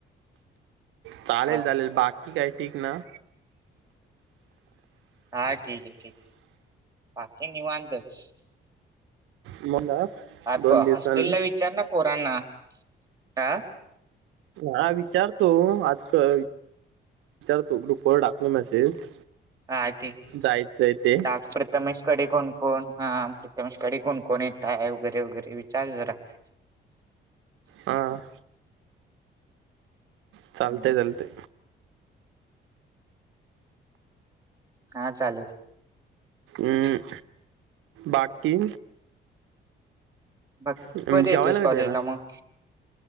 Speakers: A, on the right; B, on the right.
A: चालेल
B: हा
A: चालेल बाकी काय ठीक ना?
B: हा ठिकाय ठीक, बाकी निवांतच.
A: मग
B: अब,
A: दोन दिवसांनी
B: हॉस्टेला विचार ना पोरांना. आ
A: हा विचारतो. आज क <unintelligible> विचारतो. ग्रुपवर टाकलो मेसेज.
B: हा ठीक.
A: जायचंय ते
B: टाक प्रथमेशकडे कोण कोण? हा प्रथमेशकडे कोण कोण येत आहे. वगैरे वगैरे विचार जरा? <inaudible>
A: ह. <inaudible> चालते,
B: हम्म
A: चालते.
B: का चालेल?
A: अ बाकी?
B: तु
A: जेवायला
B: कधी येतोस कॉलेजला
A: येणार
B: मग?